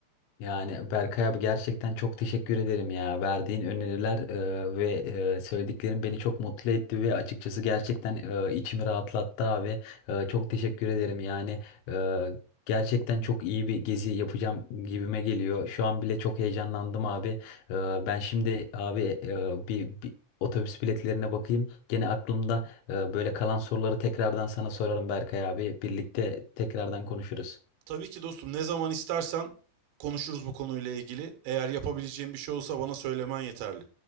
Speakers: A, on the left (about 75°); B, on the right (about 80°).
A: Yani Berkay abi gerçekten çok teşekkür ederim ya. Verdiğin öneriler e, ve e, söylediklerin beni çok mutlu etti ve açıkçası gerçekten e, içimi rahatlattı abi. E, çok teşekkür ederim yani. e, gerçekten çok iyi bir gezi yapacağım gibime geliyor. Şu an bile çok heyecanlandım abi. E, ben şimdi abi e, bir, bir otobüs biletlerine bakayım. Gene aklımda e, böyle kalan soruları tekrardan sana sorarım Berkay abi. Birlikte tekrardan konuşuruz.
B: Tabii ki dostum ne zaman istersen konuşuruz bu konuyla ilgili. Eğer yapabileceğim bir şey olsa bana söylemen yeterli.